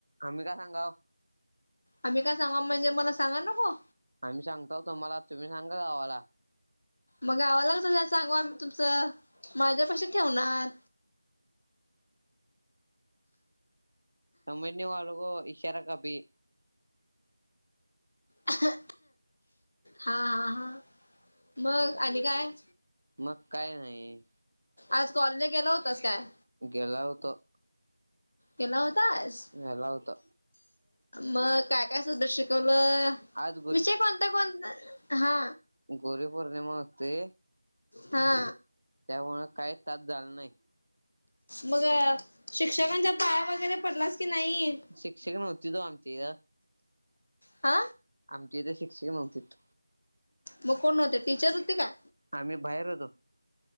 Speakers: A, on the right (about 65°); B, on the left (about 45°).
A: आम्ही का सांगाव.
B: आम्ही का सांगाव म्हणजे मला सांगा नको?
A: आम्ही सांगताव तुम्हाला तुम्ही सांगा गावाला.
B: मग गावाला कस काय सांगू आमी तुमच माझ्यापाशी ठेवणार
A: समजणे वालो को इशारा काफी है.
B: हा हा हा मग आणि काय?
A: मग काय नाही.
B: आज कॉलेजला गेला होतास काय?
A: गेला होतो.
B: गेला होतास
A: गेला होतो
B: मग काय काय सूध शिकवल.
A: आज
B: विषय कोणते कोण हा.
A: गुरुपौर्णिमा होते.
B: हा
A: त्यामूळ कायच तास झाल नाही.
B: मग शिक्षकांच्या पाया वगैरे पडलास? की नाही?
A: शिक्षक नव्हते आमची ग.
B: आ
A: आमच्या इथे शिक्षक नवतीत.
B: मग कोण होते टीचर होते का?
A: आम्ही बाहेर होतो.